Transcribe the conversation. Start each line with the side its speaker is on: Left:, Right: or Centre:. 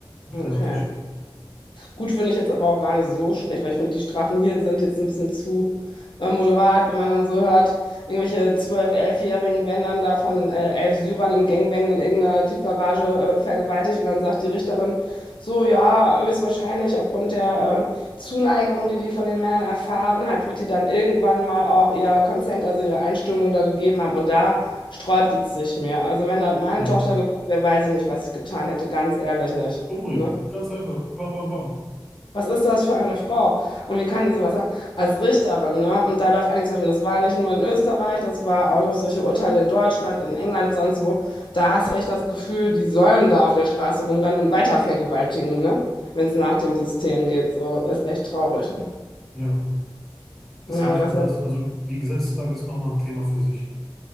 Centre: Hat
Left: Okay.
Centre: keinen Unterschied.
Left: Gut finde ich jetzt aber auch gar nicht so schlecht, weil ich finde, die Strafen hier sind jetzt ein bisschen zu äh, moderat, wenn man dann so hört, irgendwelche zwölf, 11-Jährigen werden dann da von äh, elf Syrern im Gangbang in irgendeiner Tiefgarage äh, vergewaltigt und dann sagt die Richterin so, ja, höchstwahrscheinlich aufgrund der äh, Zuneigung, die die von den Männern erfahren hat, wird die dann irgendwann mal auch ihr Consent, also ihre Einstimmung da gegeben haben und da sträubt es sich mir. Also wenn das meine
Centre: Ja.
Left: Tochter gewesen wäre, weiß ich nicht, was ich getan hätte, ganz ehrlich nicht.
Centre: Umbringen.
Left: Ne?
Centre: Ganz einfach. Bam, bam, bam.
Left: Was ist das für eine Frau? Und wie kann die sowas sagen? Als Richterin, ne? Und da läuft einiges falsch. Und das war nicht nur in Österreich, das war auch durch solche Urteile in Deutschland, in England, sonst wo. Da hast du echt das Gefühl, die sollen da auf der Straße rumrennen und weiter vergewaltigen, ne? Wenn es nach dem System geht. So, ist echt traurig.
Centre: Ja. Ist
Left: Ja,
Centre: ja nicht
Left: aber das,
Centre: nur das. Also die Gesetzeslage ist nochmal ein Thema für sich.